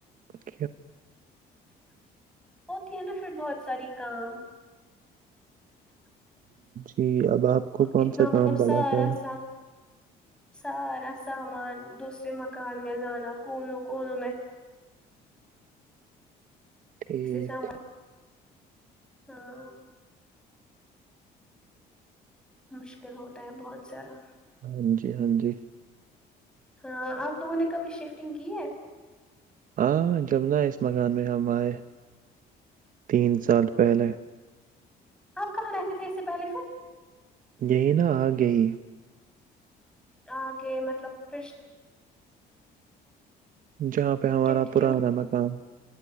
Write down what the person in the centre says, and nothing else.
ہوتی ہے نا پھر بہت ساری کام
اتنا
مطلب
سار
آان سارا سامان دوسرے مکان میں لانا کونوں کوون میں
سے سامان ہاں مشکل ہوتا ہے بہت زیاارہ
ہاں آپ لوگوں نے کبھی شفٹنگ کی ہے
آپ کہاں رہتے تھے اس سے پہلے پھر
آ گ مطلب پھر
شفٹ
کیوں